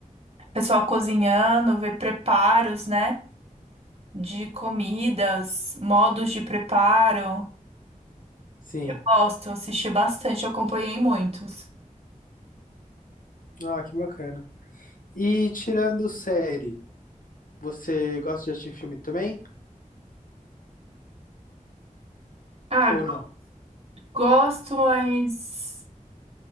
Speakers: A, on the right; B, on the left.
A: pessoal cozinhando, ver preparos, né? De comidas, modos de preparo.
B: Sim.
A: Gosto, assisti bastante, acompanhei muitos.
B: Ah, que bacana. E tirando série. Você gosta de assistir filme também?
A: Ah,
B: Ou não?
A: Gosto, mas